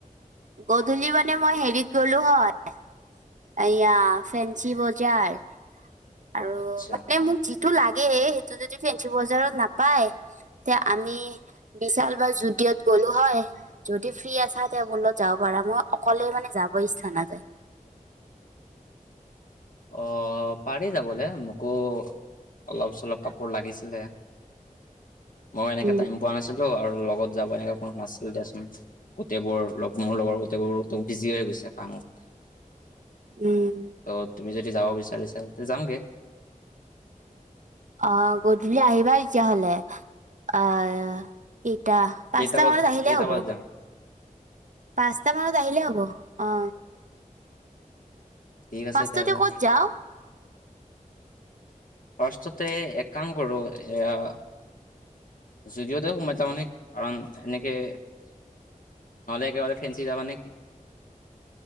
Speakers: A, on the right (about 60°); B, on the left (about 70°).
A: গধূলি মানে মই হেৰিত গ'লোঁ হয়। এয়া ফেঞ্চি বজাৰ আৰু
B: আচ্ছা
A: মানে মোক সটো লাগে সেইটো যদি ফেঞ্চি বজাৰত নাপায় তে? আমি বিশাল বা যুদিঅ'ত গ'লোঁ হয়, যদি ফ্ৰী আছা, তে মোৰ লগত যাব পাৰা নে? অকলে মানে যাব ইচ্ছা নাযায়।
B: <inaudible> অ', পাৰি যাব দে! মোকো অলপ-চলপ কাপোৰ লাগিছিলে। মই এনেকে
A: উম
B: টাইম পোৱা নাছিলোঁ, আৰু লগত যাব, এনেকুৱা কোনো নাছিল দিয়াচোন! গোটেইবোৰ লগ মোৰ, লগৰ গোটেইবোৰো বিজি হৈ গৈছে কামত। <inaudible>
A: উম।
B: ত তুমি যদি যাব বিচাৰিছা, তে যাওঁগৈ।
A: অ', গধূলি আহিবা তেতিয়াহ'লে! অ। কেইটা? পাঁচটা
B: কেইটা বজাত
A: মানত আহিলে
B: কেইটা
A: হ'ব।
B: বজাত যাম
A: পাঁচটা মানত আহিলে হ'ব! অ।
B: ঠিক আছে
A: পাঁচটাতে
B: তেতিয়াহ'লে
A: ক'ত যাওঁ?
B: ফাৰ্ষ্টতে এক কাম কৰোঁ, এঁ। যুদিঅ'তে সোমাই যাম নেকি? কাৰণ, এনেকে। নহ'লে একেবাৰে ফেন্সি যাবা নেকি?